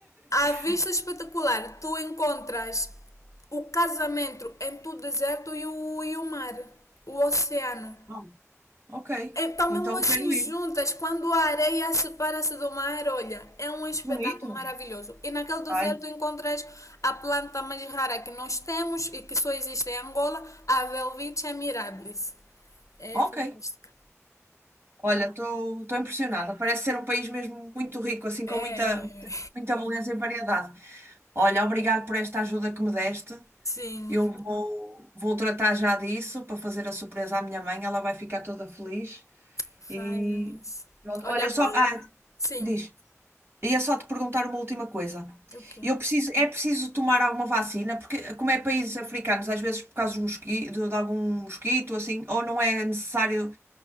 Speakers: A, on the left (about 80°); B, on the right (about 45°).
A: à vista
B: <laughs>
A: espetacular, tu encontras o casamento entre o deserto e o, e o mar, o oceano.
B: Bom, ok,
A: Estão
B: então
A: mesmo assim
B: quero ir.
A: juntas, quando a areia separa-se do mar, olha, é um espetáculo
B: Bonito.
A: maravilhoso. E naquele deserto
B: Ai,
A: encontras a planta mais rara que nós temos e que só existe em Angola, a Welwitschia mirabilis. É
B: ok.
A: fantástica.
B: Olha, estou estou impressionada. Parece ser um país mesmo muito rico, assim com
A: É,
B: muita, muita beleza e variedade. Olha, obrigado por esta ajuda que me deste.
A: sim,
B: Eu vou, vou tratar já disso para fazer a surpresa à minha mãe, ela vai ficar toda feliz
A: faz
B: e
A: isso.
B: pronto.
A: Olha,
B: Olha, só,
A: qual?
B: ah,
A: Sim.
B: diz, ia só te perguntar uma última coisa.
A: O quê?
B: Eu preciso, é preciso tomar alguma vacina, porque como é países africanos, às vezes por causa do mosqui- de, de algum mosquito, assim, ou não é necessário